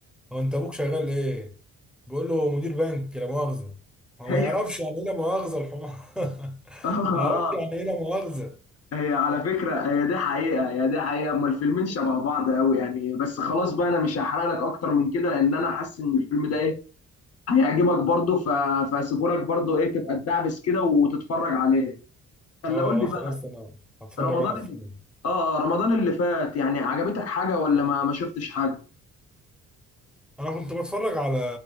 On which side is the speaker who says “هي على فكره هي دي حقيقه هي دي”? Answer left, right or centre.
Left